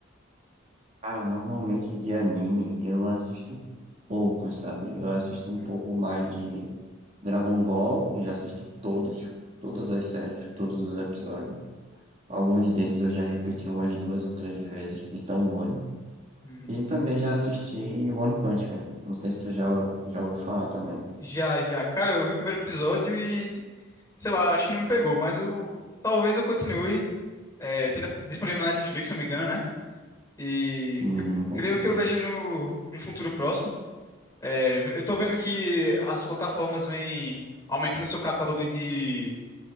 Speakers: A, on the right (about 35°); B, on the left (about 15°).
A: Cara, normalmente de anime eu assisto pouco, sabe? Eu assisto um
B: Hum,
A: pouco mais de Dragon Ball, eu já assisti todos, todas as séries, todos os episódios. Alguns deles eu já repeti umas duas ou três vezes, de tão bom.
B: uhum.
A: E também já assisti One Punch Man. Não sei se tu já, já ouviu falar também.
B: Já, já. Cara, eu vi o primeiro episódio e, sei lá, acho que não me pegou, mas eu, talvez eu continue. É, tem na- disponível na Netflix, se não me engano, né? E
A: Sim,
B: cre-
A: então
B: creio
A: sim.
B: que eu vejo no, no futuro próximo. É, eu tô vendo que as plataformas vêm aumentando seu catálogo de,